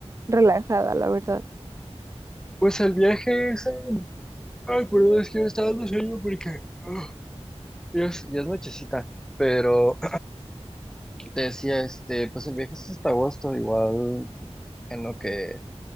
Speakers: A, on the right (about 25°); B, in the centre.
A: relajada, la verdad.
B: Pues el viaje es en- Ay, perdón, es que me está dando sueño porque... ah, ya es, ya es nochecita, pero <clears throat> te decía, este, pues el viaje es hasta agosto, igual en lo que